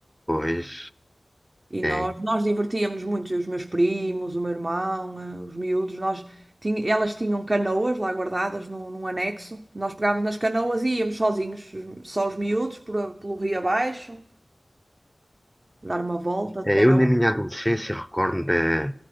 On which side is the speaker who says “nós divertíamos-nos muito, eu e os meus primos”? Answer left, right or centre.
Right